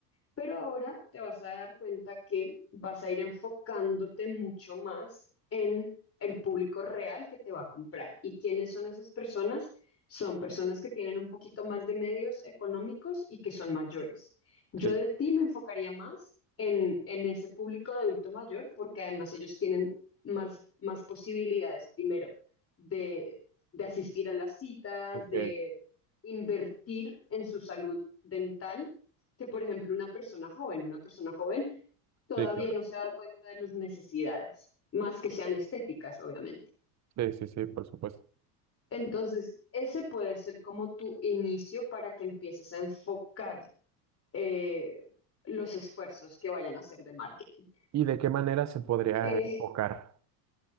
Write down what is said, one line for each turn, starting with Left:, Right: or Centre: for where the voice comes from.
Left: Pero ahora te vas a dar cuenta que vas a ir enfocándote mucho más en el público real que te va a comprar. ¿Y quiénes son esas personas? Son personas que tienen un poquito más de medios económicos y que son mayores. Yo
Right: Sí,
Left: de ti me enfocaría más en, en ese público de adulto mayor porque además ellos tienen más, más posibilidades, primero, de, de asistir a las citas,
Right: Ok,
Left: de invertir en su salud dental que, por ejemplo, una persona joven, una persona joven todavía
Right: sí, claro.
Left: no se ha dado cuenta de las necesidades, más que sean estéticas, obviamente.
Right: sí, sí, sí, por supuesto.
Left: Entonces, ese puede ser como tu inicio para que empieces a enfocar eh, los esfuerzos que vayan a hacer de marketing.
Right: ¿Y de qué manera se podría
Left: Eh,
Right: enfocar?